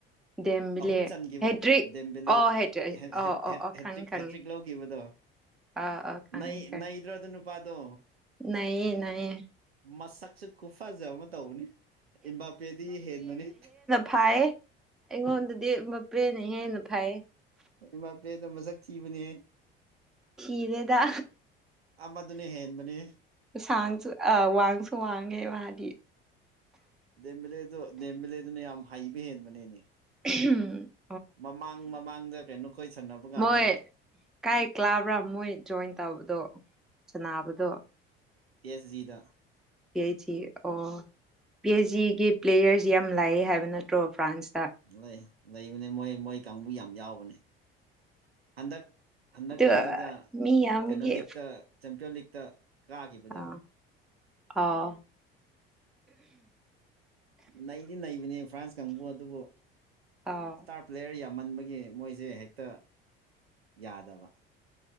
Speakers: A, in the centre; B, on the right.
A: ꯗꯦꯝꯕꯤꯂꯦ
B: ꯑꯍꯨꯝ ꯆꯟꯒꯤꯕ
A: ꯍꯦꯗ꯭ꯔꯤꯛ
B: ꯗꯦꯝꯕꯦꯂꯦꯠ
A: ꯑꯣ ꯍꯦꯗ꯭ꯔꯤꯛ
B: ꯍꯦꯠ
A: ꯑꯣ
B: ꯍꯦꯠ
A: ꯑꯣ
B: ꯍꯦꯠ
A: ꯑꯣ
B: ꯍꯦꯇ꯭ꯔꯤꯛ
A: ꯈꯪꯉꯦ ꯈꯪꯉꯦ
B: ꯍꯦꯇ꯭ꯔꯤꯛ ꯂꯧꯒꯤꯕꯗꯣ
A: ꯑꯥ ꯑꯥ ꯈꯪꯉꯦ
B: ꯅꯩ
A: ꯈꯪꯉꯦ
B: ꯅꯩꯗ꯭ꯔꯣ ꯑꯗꯨ ꯅꯨꯄꯥꯗꯣ
A: ꯅꯩꯌꯦ ꯅꯩꯌꯦ
B: ꯃꯁꯛꯁꯨ ꯈꯨꯐꯖ ꯑꯃ ꯇꯧꯕꯅꯤ ꯏꯝꯕꯥꯄꯦꯗꯒꯤ ꯍꯦꯟꯕꯅꯤ
A: ꯐꯥꯌꯦ ꯑꯩꯉꯣꯟꯗꯗꯤ ꯃꯄꯦꯅ ꯍꯦꯟꯅ ꯐꯥꯏꯌꯦ
B: ꯏꯝꯕꯥꯄꯦꯗꯣ ꯃꯁꯛ ꯊꯤꯕꯅꯤꯍꯦ
A: ꯊꯤꯗꯦꯗ
B: ꯑꯃꯗꯨꯅ ꯍꯦꯟꯕꯅꯦ
A: ꯁꯥꯡꯁꯨ ꯑ ꯋꯥꯡꯁꯨ ꯋꯥꯡꯉꯦ ꯃꯥꯗꯤ
B: ꯗꯦꯝꯕꯤꯂꯦꯗꯣ ꯗꯦꯝꯕꯤꯂꯦꯗꯨꯅ ꯌꯥꯝ ꯍꯩꯕ ꯍꯦꯟꯕꯅꯦꯅꯤ
A: <unintelligible>
B: ꯃꯃꯥꯡ ꯃꯃꯥꯡꯗ ꯀꯩꯅꯣꯈꯣꯏ ꯁꯥꯟꯅꯕꯀꯥꯟꯗ
A: ꯃꯣꯏ ꯀꯥꯏ ꯀ꯭ꯂꯥꯕ꯭ꯔꯥ ꯃꯣꯏ ꯖꯣꯏꯟ ꯇꯧꯕꯗꯣ ꯁꯅꯥꯕꯗꯣ
B: ꯀꯦꯁ ꯖꯤꯗ
A: ꯄꯤ ꯑꯩꯆ ꯖꯤ ꯑꯣ ꯄꯤ ꯑꯩꯆ ꯖꯤ ꯒꯤ ꯄ꯭ꯂꯦꯌꯔꯁ ꯌꯥꯝ ꯂꯥꯏꯌꯦ ꯍꯥꯏꯕ ꯅꯠꯇ꯭ꯔꯣ ꯐ꯭ꯔꯥꯟꯁꯇ
B: ꯂꯩ ꯂꯩꯕꯅꯤ ꯃꯣꯏ ꯃꯣꯏ ꯀꯥꯡꯕꯨ ꯌꯥꯝ ꯌꯥꯎꯕꯅꯦ ꯍꯟꯗꯛ ꯍꯟꯗꯛ
A: ꯑꯗꯨ
B: ꯀꯩꯅꯣꯒꯤꯗ
A: ꯃꯤ ꯌꯥꯝꯕꯒꯤ
B: ꯀꯩꯅꯣ ꯂꯤꯛꯇ ꯆꯦꯝꯄꯤꯌꯣꯟ ꯂꯤꯛꯇ ꯀꯥꯈꯤꯕꯗꯣ
A: ꯑ ꯑꯥꯎ
B: ꯅꯩꯗꯤ ꯅꯩꯕꯅꯦ ꯐ꯭ꯔꯥꯟꯁ ꯀꯥꯡꯕꯨ ꯑꯗꯨꯕꯨ
A: ꯑꯥꯎ
B: ꯁꯇꯥꯔꯞ ꯄ꯭ꯂꯦꯌꯔ ꯌꯥꯝꯃꯟꯕꯒꯤ ꯃꯣꯏꯖꯦ ꯍꯦꯛꯇ ꯌꯥꯗꯕ